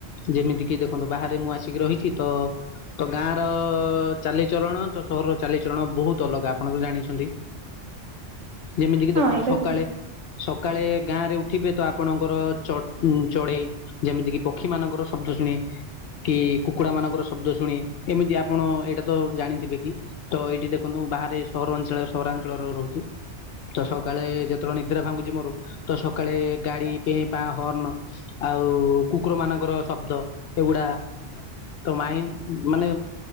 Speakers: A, on the left; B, on the right.
A: ଯେମିତି କି ଦେଖନ୍ତୁ ବାହାରେ ମୁଁ ଆସିକି ରହିଛି ତ ତ ଗାଁ ର ଚାଲି ଚରଣ ତ ସହରର ଚାଲି ଚଳଣ ବହୁତ୍ ଅଲଗା ଆପଣ ତ ଜାଣିଛନ୍ତି। ଯେମିତି କି
B: ହଁ
A: ଦେଖନ୍ତୁ
B: ଏଇଟା
A: ସକାଳେ
B: ଠିକ।
A: ସକାଳେ ଗାଁ ରେ ଉଠିବେ ତ ଆପଣଙ୍କର ଚ ଉଁ ଚଢ଼େଇ ଯେମିତି କି ପକ୍ଷୀ ମାନଙ୍କର ଶବ୍ଦ ଶୁଣି କି କୁକୁଡ଼ା ମାନଙ୍କର ଶବ୍ଦ ଶୁଣି ଏମିତି ଆପଣ ଏଇଟା ତ ଜାଣିଥିବେ କି? ତ ଏଇଠି ଦେଖନ୍ତୁ ବାହାରେ ସହରା ଅଞ୍ଚଳ ସହରାଞ୍ଚଳର ରହୁଛି। ତ ସକାଳେ ଯେତେବେଳେ ନିଦ୍ରା ଭାଙ୍ଗୁଛି ମୋର ତ ସକାଳେ ଗାଡି ପେଁ ପାଁ ହର୍ନ୍। ଆଉ କୁକୁର ମାନଙ୍କର ଶବ୍ଦ ଏଗୁଡା଼ ତ ମାଇଣ୍ଡି ମାନେ